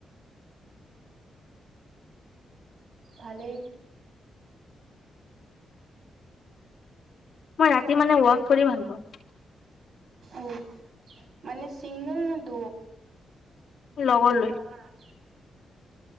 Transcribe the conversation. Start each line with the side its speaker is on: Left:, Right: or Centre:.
Right: ভালেই।
Left: মই ৰাতি মানে ৱাক কৰি ভাল পাওঁ।
Right: অ', মানে চিংগল নে দ?
Left: লগৰ
Right: <unintelligible>
Left: লৈ